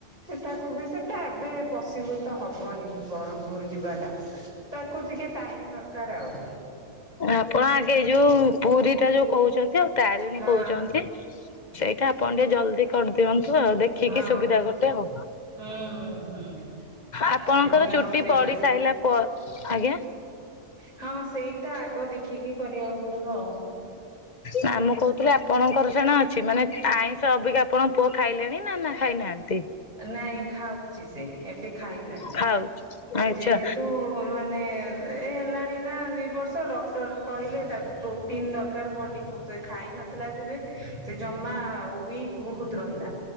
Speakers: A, on the right; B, on the left.
A: ସେଟାକୁ ବି ସେଟା ଏବେ ପସିବୁଲ ତ ହବନି ବ୍ରମପୁର ଯିବାଟା ତାକୁ ଟିକେ ଟାଇମ ଦରକାର ଆଉ।
B: ଆପଣ ଆଗେ ଏ ଯୋଉ ପୁରୀ ଟା ଯୋଉ କହୁଛନ୍ତି ଆଉ ତାରିଣୀ
A: ହଁ
B: କହୁଛନ୍ତି। ସେଇଟା ଆପଣ ଟିକେ ଜଲ୍ଦି କରିଦିଅନ୍ତୁ ଆଉ ଦେଖିକି
A: ହଁ
B: ସୁବିଧା ଗୋଟେ ଆଉ।
A: ହୁଁ ହୁଁ ହୁଁ
B: ଆପଣଙ୍କର
A: ଆରେଣୀ ଆଉ
B: ଚୁଟି
A: ସେଇଟା
B: ପଡି ସାରିଲା କ ଆଜ୍ଞା।
A: ହଁ, ସେଇଟା ଆଗ ଦେଖିକି କରିବାକୁ ପଡିବ ଆଉ।
B: ନା ମୁଁ କହୁଥିଲି ଆପଣଙ୍କର ସିନା ଅଛି, ମାନେ ଆଇଁଷ ଅବିକା ଆପଣଙ୍କ ପୁଅ ଖାଇଲେଣି ନା, ନା ଖାଇନାହାନ୍ତି?
A: ନାଇଁ ଖାଉଛି ସେ, ଏବେ ଖାଇଲାଣିି,
B: ଖାଉଛି ଆଚ୍ଛା।
A: ଯେହେତୁ ମାନେ, ଏ ହେଲାଣି ନା ଦୁଇ ବର୍ଷ, ଡକ୍ଟର କହିଲେ ତାକୁ ପ୍ରୋଟିନ ଦରକାର ବଡି କୁ, ସେ ଖାଇ ନଥିଲା ଯେବେ ସେ ଜମା ୱିକ୍ ବହୁତ ରହିଲା।